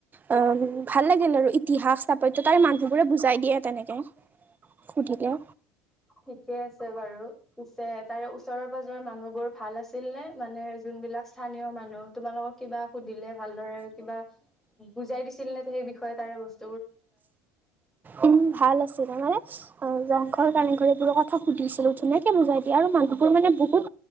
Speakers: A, on the right (about 25°); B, in the centre.
A: অঁ, ভাল লাগিল আৰু ইতিহাস স্থাপত্যটা মানুহবোৰে বুজাই দিয়ে তেনেকে, সুধিলে।
B: ঠিকে আছে বাৰু পিছে তাৰে ওচৰৰ পাজৰৰ মানুহ বোৰ ভাল আছিল নে মানে যোনবিলাক স্থানীয় মানুহ তোমালোকক কিবা সুধিলে ভালদৰে কিবা বুজাই দিছিল নে সেই বিষয়ে তাৰে বস্তু
A: উম ভাল আছিল, মানে অঁ, ৰংঘৰ কাৰেংঘৰ এইবোৰৰ কথা সুধিছিলো ধুনীয়াকে বোজাই দিয়ে আৰু মানুহ বোৰ মানে বহুত,